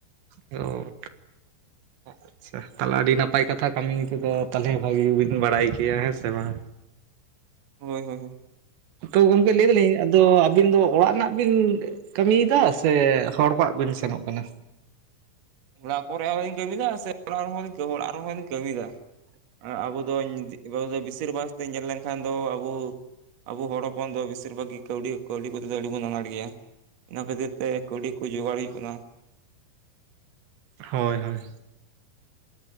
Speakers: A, on the right; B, on the right.
A: ᱚ ᱟᱪᱪᱷᱟ ᱛᱟᱦᱚᱞᱮ ᱟᱹᱰᱤ ᱱᱟᱯᱟᱭ ᱠᱟᱛᱷᱟ ᱠᱟᱹᱢᱤ ᱠᱚᱫᱚ ᱛᱟᱦᱚᱞᱮ ᱵᱷᱟᱜᱤ ᱜᱮᱵᱤᱱ ᱵᱟᱲᱟᱭ ᱜᱮᱭᱟ ᱦᱮᱸ ᱥᱮ ᱵᱟᱝ
B: ᱦᱳᱭ ᱦᱳᱭ ᱦᱭ
A: ᱛᱩ ᱜᱚᱝᱠᱮ ᱞᱟᱹᱭ ᱮ ᱫᱟᱞᱤᱧ ᱟᱫᱚ ᱟᱹᱵᱤᱱ ᱫᱚ ᱚᱲᱟᱜ ᱨᱮᱱᱟᱜ ᱵᱤᱱ ᱠᱟᱹᱢᱤᱭᱮᱫᱟ ᱥᱮ ᱦᱚᱲ ᱠᱚᱣᱟᱜ ᱵᱤᱱ ᱥᱮᱱᱚᱜ ᱠᱟᱱᱟ
B: ᱚᱲᱟᱜ ᱠᱚᱨᱧ ᱠᱟᱹᱢᱤᱭᱮᱫᱟ ᱥᱮ ᱚᱲᱟᱜ ᱨᱮᱦᱚᱸ ᱚᱲᱟᱜ ᱨᱮᱦᱚᱸᱧ ᱠᱟᱹᱢᱤᱭᱮᱫᱟ ᱟᱵᱚ ᱫᱚ ᱵᱮᱥᱤᱨ ᱵᱷᱟᱜᱽ ᱛᱤᱧ ᱧᱮᱞ ᱞᱮᱱᱠᱷᱟᱱ ᱫᱚ ᱟᱵᱚ ᱟᱵᱚ ᱦᱚᱲ ᱦᱚᱯᱚᱱ ᱫᱚ ᱵᱮᱥᱤᱨ ᱵᱷᱟᱜᱽ ᱜᱮ ᱠᱟᱹᱣ ᱠᱟᱹᱣᱰᱤ ᱠᱚᱛ ᱫᱚ ᱟᱹᱰᱤ ᱵᱚᱱ ᱟᱱᱟᱴ ᱜᱮᱭᱟ ᱤᱱᱟ ᱠᱷᱟᱹᱛᱤᱨ ᱛᱮ ᱠᱩᱣᱰᱤ ᱠᱚ ᱡᱚᱜᱟᱲ ᱦᱩᱭᱩᱜ ᱠᱟᱱᱟ
A: ᱦᱳᱭ ᱦᱳᱭ